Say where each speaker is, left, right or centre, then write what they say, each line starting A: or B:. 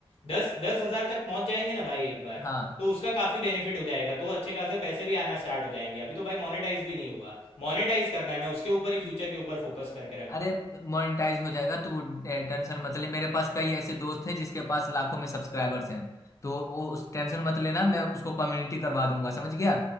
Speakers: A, on the left; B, on the left.
A: दस दस हज़ार तक पहुंच जाएंगे ना भाई एक बार
B: हाँ
A: तो उसका काफ़ी बेनिफिट हो जाएगा तो अच्छे खासे पैसे भी आना स्टार्ट हो जाएंगे अभी तो भाई मोनेटाइज भी नहीं हुआ मोनेटाइज करना है मैं उसके ऊपर ही फ्यूचर के ऊपर फोकस करके रखा
B: अरे
A: हूँ
B: मोनेटाइज हो जाएगा तू टेंशन मत ले मेरे पास कई ऐसे दोस्त हैं जिसके पास लाखों में सब्सक्राइबर्स हैं तो वो उस टेंशन मत लेना मैं उसको कम्युनिटी करवा दूंगा समझ गया